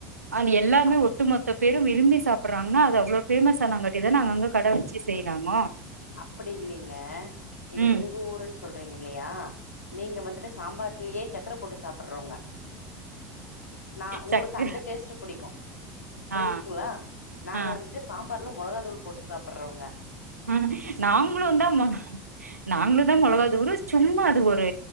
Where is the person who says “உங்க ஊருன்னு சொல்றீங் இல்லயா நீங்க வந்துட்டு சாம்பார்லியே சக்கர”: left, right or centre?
Left